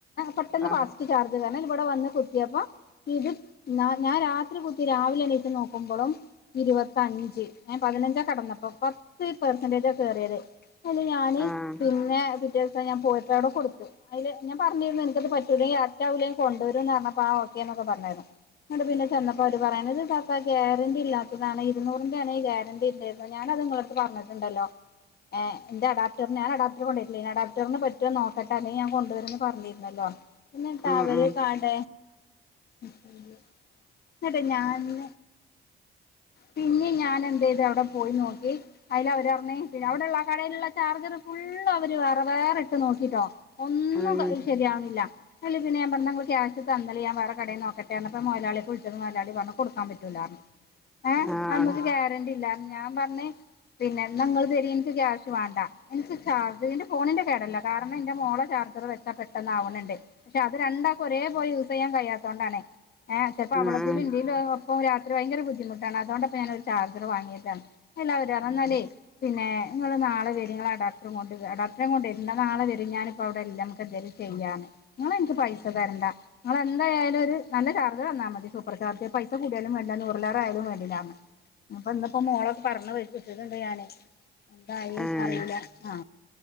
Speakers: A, on the left; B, in the centre.
A: പെട്ടന്ന്
B: ആഹ്
A: ഫാസ്റ്റ് ചർ ത് വന്ന് ഇവിടെന്ന് കുത്തിയപ്പ ഇത് ഞ ഞാൻ രാത്രി കുത്തി രാവിലെ എണീച്ച് നോക്കുമ്പളും ഇരുപത്തഞ്ച് അ പതിനഞ്ചാ കടന്നപ്പോ പത്ത് പെർസെന്റേജ കയറിയത് അല്ല ഞാന്
B: ആഹ്
A: പിന്നെ പിറ്റേ ദിവസം ഞാ പോട്ട് അവിടെ കൊടുത്തു അതില് ഞാ പറഞ്ഞിരുന്നു നിനക്ക്ത് പറ്റൂലയാ രാവലും കൊണ്ടുവരുംന്ന് പറഞ്ഞപ്പ ഓക്കേ എന്നൊക്കെ പറഞ്ഞായിരുന്നു ങ്ങട്ട് പിന്നെ ചെന്നപ്പോ അവര് പറയുന്നത്ത് ഇത്പ്പൊ താത്ത ഗ്യാരണ്ടി ഇല്ലാത്തതാണ് ഇരുന്നൂറിന്റണ് ഈ ഗാരണ്ടി ഉണ്ടായിരുന്നത് ഞാന അത് ഇങ്ങള് പറഞ്ഞിട്ടുണ്ടല്ലോ എന്റെ അടാപ്റ്റർ ഞാൻ അട ഇ കൊണ്ടിട്ടില്ലനി അടാപ്റ്ററിന് പറ്റുമോ നോക്കട്ടെ അല്ലെങ്ക ഞാൻ കൊണ്ടുവരന്ന് പറഞ്ഞിരുന്നല്ലോ ഇന്നിട്ടവര്
B: ഉം ഉം
A: കട ന്നിട്ട് ഞാന് പിന്നെ ഞൻ എന്ത ചെയതു അവിടെ പോയി നോക്കി അതിൽ അവരറഞ് പിന്നെ അവിടെള്ള കടയിലുള്ള ചാർജർ ഫുള്ള് അവര് വേറെ വേറെ ഇട്ട് നോക്കിട്ടോ ഒന്നും
B: ഉം
A: ശരിയാവുന്നില്ല അയ്ല് പിന്നെ പർഞ്ഞ് ന്നാ ങ്ങള് ക്യാഷ് തന്നാളി ഞാൻ വേറെ കടയി നോക്കട്ടെർഞ്ഞപ്പോ മുതലളി ക്കിളിച്ചപ്പൊ മുതലളി പറഞ്ഞു കൊടുക്കാൻ പറ്റൂലാറിഞു ഏ
B: ആഹ്
A: അതൊന്നിനും ഗ്യാരണ്ടി ഇല്ല ഞാൻ പറഞ്ഞ പിന്നെ ന്നങ്ങള് തെരി എനിക്ക് ക്യാഷ് വേണ്ട എനിക്ക് ചാർജർ ഇന്റെ ഫോണിന്റെ കേടല്ല കാരണം എന്റെ മോള ചാർജർ വെച്ചാ പെട്ടെന്ന് ആവുണണ്ട് പക്ഷെ അത് രണ്ടാക്കെ ഒരേ പോലെ യൂസ് ചെയ്യാൻ കഴിയാത്തത കൊണ്ടാണ് ഏ ചെൽപ്പോ
B: ഉം
A: അവളതെൽ
B: ഉം
A: ഇന്റെയിലും അപ്പ രാത്രി ഭയങ്കര ബുദ്ധിമുട്ടാണ് അതോണ്ടാപ്പൊ ഞാന ഒരു ചാർജർ വാങ്ങിയത് അല്ല അവര് ഇന്നല്ലേ പിന്നെ നിങ്ങൾ നാളെ വേരി ങ്ങളെ അട കൊണ്ട് അടാപ്റ്ററുംകൊണ്ടുവരിം ന്നാ നാളെ വരിം ഞാൻ ഇപ്പൊ അവിടെ ഇല്ലാ നമുന്തേലും ചെയ്യർഞ്ഞ നിങ്ങള എനിക്ക് പൈസ തരണ്ട നിങ്ങെന്തായാലും ഒരു നല്ല ചാർജ് തന്നാൽ മതി സൂപ്പർ ചാർജ് പൈസ കൂടിയാലും വേണ്ട നൂറിലേറേ ആയാലും വേണ്ടില്ലാറിഞ്ഞു ഇപ്പ ഇന്നിപ്പോ മോളൊക്കെ പറഞ്ഞ വിച്ചട്ടിണ്ട് ഞാന് എന്തായി
B: ആഹ്
A: അറിയില്ല ആ